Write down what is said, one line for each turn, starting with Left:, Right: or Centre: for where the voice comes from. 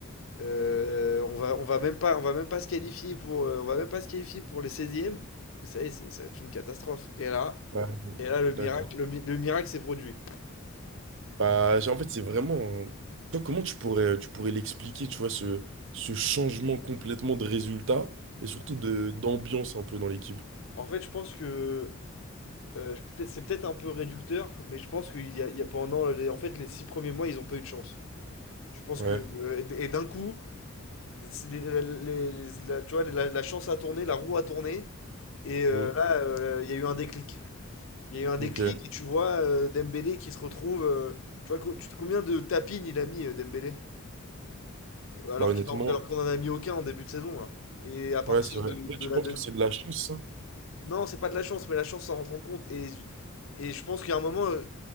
Left: Euh, on va, on va même pas, on va même pas se qualifier pour, euh, on va même pas se qualifier pour les seizièmes. Mais ça y est, c'est- ça va être une catastrophe. Et là,
Right: Ouais,
Left: et là, le
Right: d'accord.
Left: miracle, le, mi- le miracle s'est produit.
Right: Bah, en fait, c'est vraiment. Toi, comment tu pourrais, tu pourrais l'expliquer, tu vois, ce, ce changement complètement de résultat et surtout de d'ambiance un peu dans l'équipe?
Left: En fait, je pense que euh, je- peut-être- c'est peut-être un peu réducteur, mais je pense qu'il y a, il y a pendant les, en fait, les six premiers mois, ils n'ont pas eu de chance. Je pense
Right: Ouais.
Left: que euh, et, d- et d'un coup, c'est les- la, les- la- tu vois, la, la chance a tourné, la roue a tourné, et euh,
Right: Mhm.
Left: là, euh, il y a eu un déclic. Il y a eu un
Right: Ok.
Left: déclic et tu vois euh, Dembélé qui se retrouve. euh, tu vois co- tu- combien de tapines il a mis euh, Dembélé? Alors
Right: Bah, honnêtement,
Left: qu'il en- alors qu'on en a mis aucun en début de saison. hein. Et à partir
Right: ouais, c'est vrai.
Left: de, de
Right: Et tu
Left: la
Right: penses
Left: demi.
Right: que c'est de la chance, ça?
Left: Non, c'est pas de la chance, mais la chance, ça rentre en compte. Et, j- et je pense qu'il y a un moment, euh,